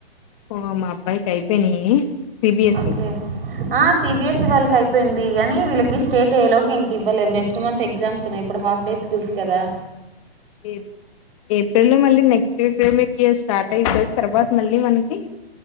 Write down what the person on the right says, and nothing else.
okay
ఆ సి బి ఎస్ ఈ వాళ్ళ కు అయిపోయింది గాని వీళ్ళకి స్టేట్యే లోకి ఇంకివ్ ఇవ్వలేదు నెక్ట్ మంత్ ఎగ్జామ్స్ ఉన్నాయి ఇప్పుడు హాఫ్ డేస్ స్కూల్స్ కదా